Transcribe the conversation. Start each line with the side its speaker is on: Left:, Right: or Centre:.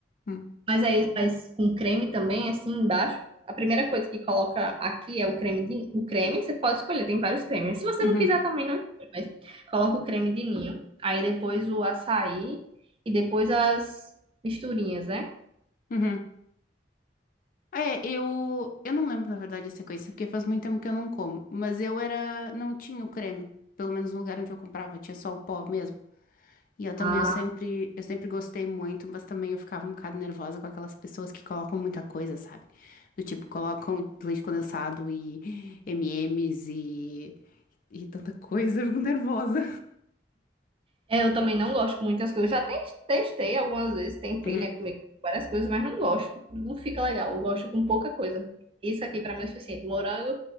Left: Hum.
Right: mas aí ele faz com creme também, assim, embaixo. A primeira coisa que coloca aqui é o creme de, o creme, você pode escolher, tem vários cremes. Se você
Left: Uhum,
Right: não quiser também não, escolhe, mas coloca o creme de ninho, aí depois o açaí e depois as misturinhas, né?
Left: uhum. É, eu, eu não lembro, na verdade, a sequência, porque faz muito tempo que eu não como. Mas eu era, não tinha o creme, pelo menos no lugar onde eu comprava, tinha só o pó mesmo. E eu também,
Right: Ah,
Left: eu sempre, eu sempre gostei muito, mas também eu ficava um bocado nervosa com aquelas pessoas que colocam muita coisa, sabe? Do tipo, colocam leite condensado e M&M's e, M's e e tanta coisa, eu fico nervosa.
Right: É, eu também não gosto de muitas coisas. Já ten- testei algumas vezes, tentei,
Left: Uhum.
Right: né, comer várias coisas, mas não gosto. Não fica legal. Eu gosto com pouca coisa. Isso aqui pra mim é o suficiente. Morango,